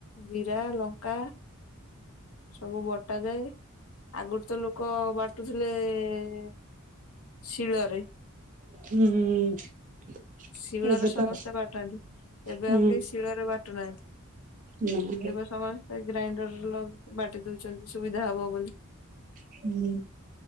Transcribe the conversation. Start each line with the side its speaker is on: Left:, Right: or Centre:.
Left: ଜିରା ଲଙ୍କା ସବୁ ବଟାଯାଏ ଆଗରୁ ତ ଲୋକ ବାଟୁଥିଲେ-ଏ-ଏ-ଏ ଶିଳରେ
Right: ହୁଁ।
Left: ଶିଳରେ
Right: ଏବେ
Left: ସମସ୍ତେ
Right: ତ
Left: ବାଟନ୍ତି ଏବେ
Right: ହୁଁ
Left: ଆଉ କେହି ଶିଳରେ ବାଟୁ ନାହାନ୍ତି।
Right: ନା
Left: ଏବେ ସମସ୍ତେ ଗ୍ରାଇଣ୍ଡରର ବାଟି ଦଉଛନ୍ତି ସୁବିଧା ହବ ବୋଲି।
Right: ହୁଁ